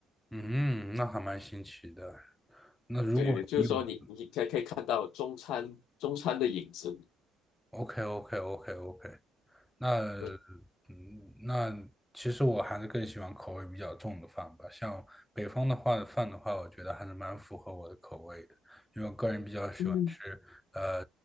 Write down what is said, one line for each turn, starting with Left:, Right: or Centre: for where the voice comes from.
Centre: 嗯，那还蛮新奇的。那如果你有
Left: 对对对，就是说你你可以可以看到中餐中餐的影子，
Centre: o k o k o k o k 那
Left: 嗯
Centre: 嗯，那其实我还是更喜欢口味比较重的饭吧。像北方的话，饭的话，我觉得还是蛮符合我的口味的，因为我个人比较喜欢吃呃
Left: 嗯，